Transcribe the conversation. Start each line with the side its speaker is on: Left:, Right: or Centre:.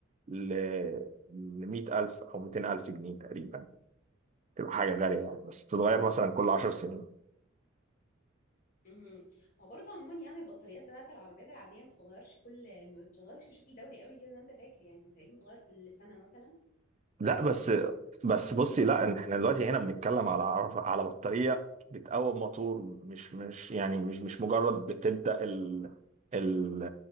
Right: ل ل 100000 او 200000 جنيه تقريبا تبقى حاجه غاليه
Left: اه
Right: يعني بس تتغير مثلا كل 10 سنين
Left: مهم. ما برضه عموما يعني البطاريات بتاعت العربيات العادية ما بتتغيرش كل ما بتشتغلش بشكل دوري قوي كده زي ما انت فاكر يعني تقريبا بتتغير كل سنة مثلا
Right: لا
Left: ولا كام
Right: بس
Left: شهر
Right: بس بصي لا احنا دلوقتي هنا بنتكلم على عرف- على بطارية بتقوم موتور مش مش يعني مش مش مجرد بتبدأ ال ال